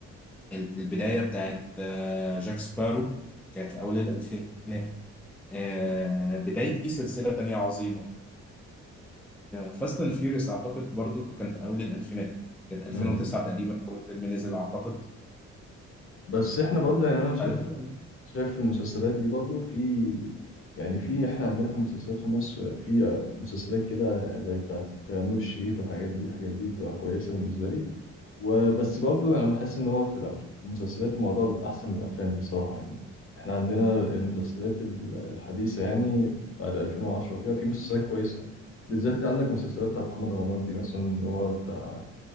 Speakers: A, in the centre; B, on the left (about 45°).
A: البداية بتاعت آه، جاك سبارو كانت في اول الالفينات آه، بداية ايه سلسلة تانية عظيمة فاست اند فيوريوس اعتقد برضو كان في اول الالفينات كانت
B: دلوقتي
A: 2009 تقريبا اول فيلم نزل اعتقد
B: بس احنا برضه يعني انا شايف
A: أنا-
B: شايف في المسلسلات دي برضه في يعني في احنا عندنا في المسلسلات في مصر في مسلسلات كده زي بتاعت نور الشريف والحاجات دي الحاجات دي بتبقى كويسة بالنسبة لي وبس برضه انا حاسس ان هو في الأف- في المسلسلات الموضوع بيبقى احسن من الافلام بصراحة يعني احنا عندنا المسلسلات ال- الحديثة يعني بعد 2010 كده في مسلسلات كويسة بالذات عندك مسلسلات بتاعت محمد رمضان دي مثلا هو بتاع